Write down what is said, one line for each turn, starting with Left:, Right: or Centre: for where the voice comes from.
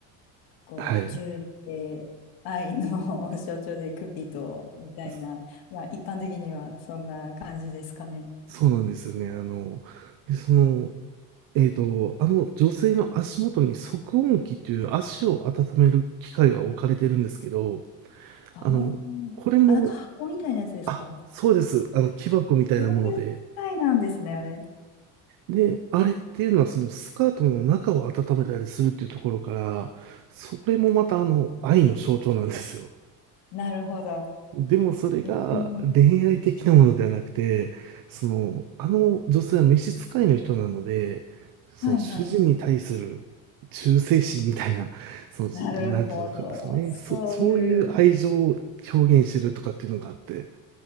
Left: こう銃で愛の
Right: はい。
Left: <laughs> 象徴でクピドみたいな、
Right: そ
Left: まあ一般的にはそんな感じですかね。
Right: そうなんですよね。あの、で、その、えっと、あの女性の足元に足温器という足を温める機械が置かれてるんですけど、
Left: ああ、
Right: あの、これも、
Left: あ、なんか箱みたいなやつですか
Right: あ、そうです。あの、木箱みたいなもので。
Left: そういう機械なんですね、あれ。
Right: で、あれっていうのはそのスカートの中を温めたりするっていうところから、それもまたあの愛の象徴なんですよ。
Left: なるほど。
Right: でもそれが恋愛的なものではなくて、
Left: うん。
Right: その、あの女性は召使いの人なので、その主人に対する
Left: はいはい。
Right: 忠誠心みたいな、その、
Left: なるほど。
Right: なんていうんですかね、
Left: そういう、
Right: そ、そういう愛情を表現してるとかっていうのがあって、